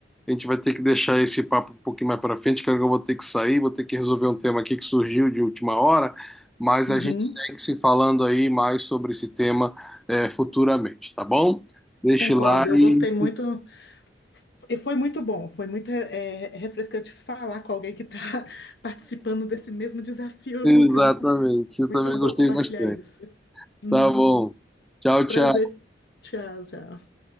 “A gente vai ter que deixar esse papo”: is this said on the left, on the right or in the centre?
Centre